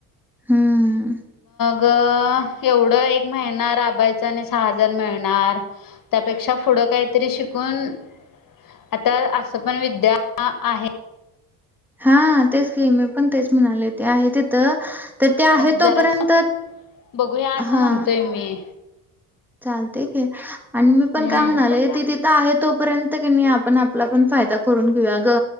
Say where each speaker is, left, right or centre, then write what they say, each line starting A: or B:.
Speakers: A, in the centre; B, on the left (about 55°).
A: हम्म
B: ग एवढं एक महिणार आबायच आणि सहा हजार मिळणार. त्यापेक्षा पुढं काहीतरी शिकून. आता असं पण विद्या आहे.
A: हा तेच की मी पण तेच म्हणाले ते आहे तिथं. तर ते आहे
B: मग
A: तोपर्यंत
B: जरा बघूया असं
A: हा.
B: म्हणतोय मी
A: चालते की आणि मी पण
B: हम्म
A: काय म्हणाले ती तिथं. तिथं आहे तोपर्यंत आपण आपला पण फायदा करून घेऊया ग